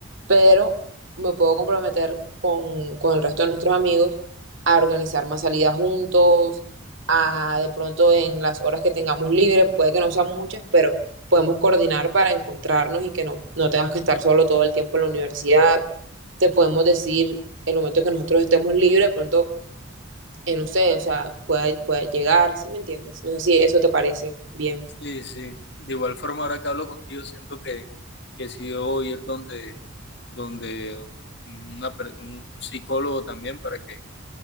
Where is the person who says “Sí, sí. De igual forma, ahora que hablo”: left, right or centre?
Left